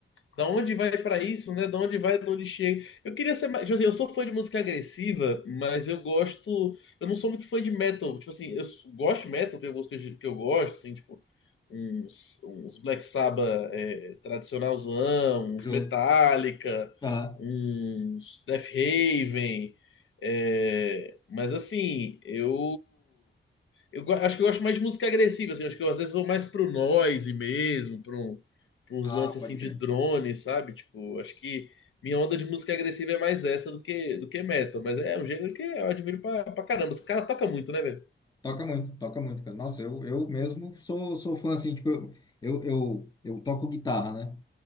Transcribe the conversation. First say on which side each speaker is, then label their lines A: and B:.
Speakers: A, on the left (about 70°); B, on the left (about 20°).
A: da onde vai pra isso, né? Da onde vai, da onde chega. Eu queria ser mais. Tipo assim, eu sou fã de música agressiva, mas eu gosto. Eu não sou muito fã de metal. Tipo assim, eu s- gosto de metal, tem algumas coisas que eu gosto, assim, tipo. Uns, uns Black Sabbath é, tradicionalzão, uns
B: justo.
A: Metallica,
B: Aham.
A: uns Death Raven, é, mas assim, eu eu go- acho que eu gosto mais de música agressiva, assim. Acho que eu às vezes vou mais pro noise mesmo, pra, um, pra uns
B: Ah,
A: lances
B: pode
A: assim de
B: crer.
A: drone, sabe? Tipo, acho que minha onda de música agressiva é mais essa do que, do que metal. Mas é um gênero que eu admiro pra, pra caramba. Os caras tocam muito, né, velho?
B: Toca muito, toca muito, cara. Nossa, eu, eu mesmo sou, sou fã, assim, tipo, eu, eu, eu, eu toco guitarra, né?